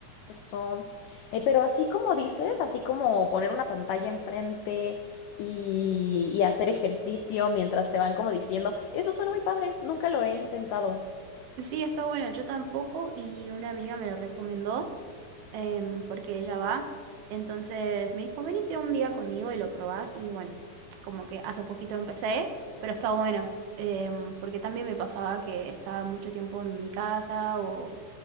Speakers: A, on the left; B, on the right.
A: eso. Eh, pero así como dices, así como poner una pantalla enfrente y, y hacer ejercicio mientras te van como diciendo, eso suena muy padre, nunca lo he intentado.
B: Sí, está bueno, yo tampoco y una amiga me lo recomendó. em, porque ella va. Entonces me dijo, venite un día conmigo y lo probás. Y bueno, como que hace poquito empecé, pero está bueno, em, porque también me pasaba que estaba mucho tiempo en mi casa o